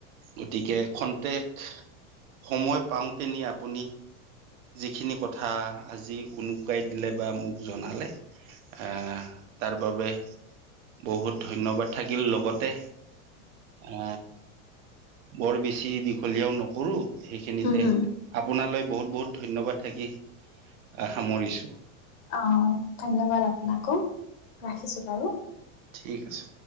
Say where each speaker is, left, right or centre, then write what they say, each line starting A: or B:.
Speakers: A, on the right; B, on the left.
A: গতিকে খন্তেক। সময় পাওঁতে নি আপুনি। যিখিনি কথা আজি উনকাই দিলে বা মোক জনালে আহ। তাৰ বাবে বহুত ধন্যবাদ থাকিল লগতে। এ বৰ বেছি দীঘলীয়াও নকৰো। সেইখিনিতে
B: হুম।
A: আপোনালৈ বহুত বহুত ধন্যবাদ থাকি আহ সামৰিছো।
B: অ ধন্যবাদ আপোনাকো ৰাখিছো বাৰু
A: ঠিক আছে।